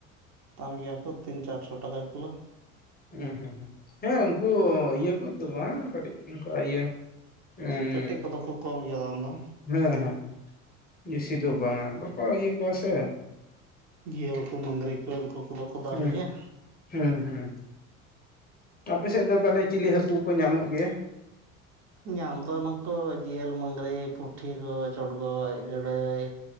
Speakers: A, on the right; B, on the left.
A: ᱫᱟᱢ ᱜᱮᱭᱟ ᱠᱚ ᱛᱤᱱ ᱪᱟᱨᱥᱚ ᱴᱟᱠᱟ ᱠᱤᱞᱳ᱾
B: ᱦᱩᱸ ᱦᱩᱸ ᱦᱮᱸ ᱩᱱᱠᱩ ᱤᱭᱟᱹ ᱠᱩᱡ ᱫᱚ ᱵᱟᱝ ᱠᱟᱹᱴᱤᱡᱼᱼ ᱤᱱᱠᱟ ᱤᱭᱟᱹ ᱩᱸ
A: ᱯᱮᱴᱤ ᱠᱚᱫᱚ ᱠᱚ ᱠᱚᱢ ᱜᱮᱭᱟ ᱫᱟᱢ ᱫᱚ
B: ᱦᱮᱸ ᱦᱮᱸ ᱵᱤᱥᱤ ᱫᱚ ᱵᱟᱝᱟ ᱵᱟᱠᱚ ᱤᱭᱟᱹ ᱠᱚᱣᱟ ᱥᱮᱼᱼ
A: ᱡᱤᱭᱟᱹᱞ ᱠᱚ ᱢᱟᱹᱜᱽᱨᱤ ᱠᱚ ᱩᱱᱠᱩ ᱠᱚᱫᱚ ᱠᱚ ᱫᱟᱢ
B: ᱦᱩᱸ
A: ᱜᱮᱭᱟ᱾
B: ᱦᱩᱸ ᱦᱩᱸ ᱟᱯᱮ ᱥᱮᱫ ᱫᱚ ᱛᱟᱦᱞᱮ ᱪᱤᱞᱤ ᱦᱟᱹᱠᱩ ᱠᱚ ᱧᱟᱢᱚᱜ ᱜᱮᱭᱟ?
A: ᱧᱟᱢ ᱫᱚ ᱱᱩᱠᱩ ᱡᱤᱭᱟᱹᱞ ᱢᱟᱹᱜᱽᱨᱤ, ᱯᱩᱴᱷᱤ ᱠᱚ ᱪᱚᱲᱜᱚᱡ, ᱜᱟᱹᱲᱟᱹᱭ